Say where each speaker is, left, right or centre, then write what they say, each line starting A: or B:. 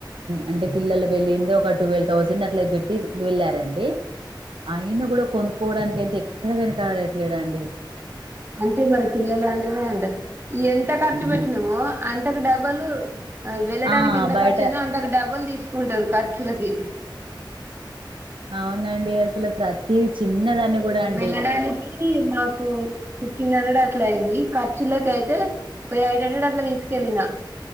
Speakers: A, on the right; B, on the right.
A: అంటే పిల్లలు వెళ్ళింది ఒక ట్వల్ థౌజండ్ అట్లా పెట్టి వెళ్ళారండి అయినా కూడా కొనుక్కోవడానికి అయితే ఎక్కడ వెనకడట్లేదు అండి
B: అంటే మరి పిల్లలు అంటేనే అంత ఎంత ఖర్చు
A: మ్మ్
B: పెట్టినామో అంతకు డబల్ అ వెళ్ళడానికి
A: ఆ
B: ఎంత
A: బయట
B: ఖర్చైందో అంతకు డబల్ తీసుకుంటారు ఖర్చులకి
A: అవునండి అసలు ప్రతి ది చిన్నదాన్ని కూడా అండి
B: వెళ్ళడానికి మాకు ఫిఫ్టీన్ హండ్రెడ్ అట్లా అయింది ఖర్చులకయితే ఒక ఎయిట్ హండ్రెడ్ అట్లా తీసుకెళ్ళిన